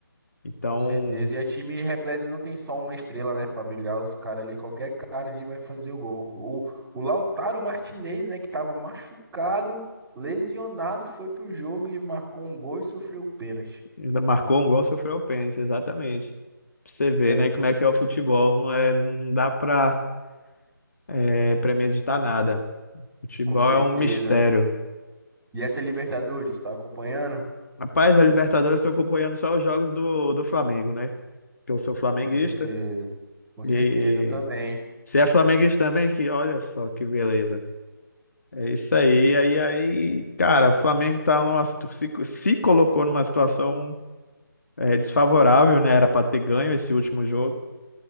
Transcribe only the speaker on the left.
Então,
Ainda marcou um gol, sofreu o pênalti, exatamente. Pra você ver,
né, como é que é o futebol. Não é, não dá pra é, premeditar nada. Futebol
é um mistério.
Rapaz, a Libertadores estou acompanhando só os jogos do, do Flamengo, né? Que eu sou flamenguista.
E
você é flamenguista também? Que olha só que beleza. É isso aí. Aí, aí, cara, o Flamengo tá numa, situ- se, se colocou numa situação é, desfavorável, né? Era pra ter ganho esse último jogo